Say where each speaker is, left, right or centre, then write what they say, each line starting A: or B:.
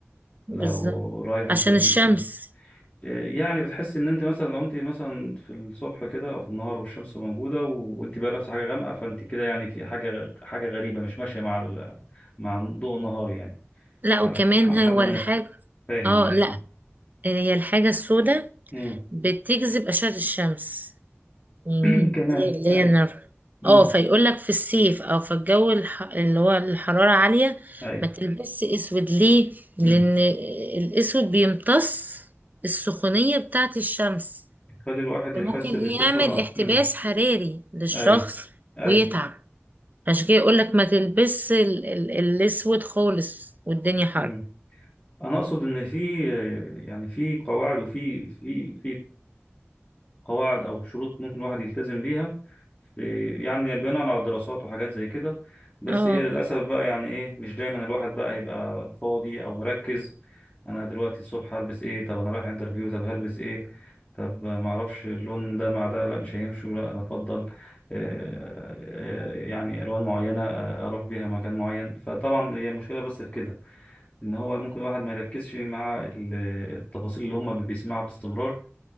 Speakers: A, on the right; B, on the left.
A: بالظبط
B: لو رايح انترفيو
A: عشان الشمس
B: يعني بتحس ان انت مثلا لو انت مثلا في الصبح كده او في النهار والشمس موجوده و- وانت بقى لابسه حاجه غامقه فانت كده يعني في حاجه حاجه غريبه مش ماشيه مع ال... مع ضوء النهار يعني
A: لا
B: على
A: وكمان
B: ح- على
A: هو
B: حد ما
A: الحاجة
B: انا ف- فاهم
A: اه
B: يعني
A: لا هي الحاجة السوداء
B: امم
A: بتجذب أشعة الشمس يعني
B: <clears throat> كمان
A: دي اللي
B: ايوه
A: هي النار
B: امم
A: اه فيقول لك في الصيف او في الجو الح... اللي هو الحرارة عالية
B: ايوه
A: ما تلبسش اسود ليه لان
B: امم
A: الاسود بيمتص السخونية بتاعة الشمس
B: يخلي الواحد
A: فممكن
B: يحس
A: يعمل
B: بالسخونه اكتر
A: احتباس
B: امم
A: حراري للشخص
B: ايوه ايوه
A: ويتعب عشان كده يقول لك ما تلبسش ال... ال... الاسود خالص والدنيا حر
B: امم انا اقصد ان في يعني في قواعد وفي في في قواعد او شروط ممكن الواحد يلتزم بيها في يعني بناء على دراسات وحاجات زي كده بس
A: اه
B: هي للاسف بقى يعني ايه مش دايما الواحد بقى هيبقى فاضي او مركز انا دلوقتي الصبح هلبس ايه طب انا رايح انترفيو طب هلبس ايه طب ما اعرفش اللون ده مع ده لا مش هيمشوا لا انا افضل آه، آه، يعني الوان معينه آه، اروح بيها مكان معين فطبعا هي المشكله بس في كده ان هو ممكن الواحد ما يركزش مع ال- التفاصيل اللي هم بيسمعها باستمرار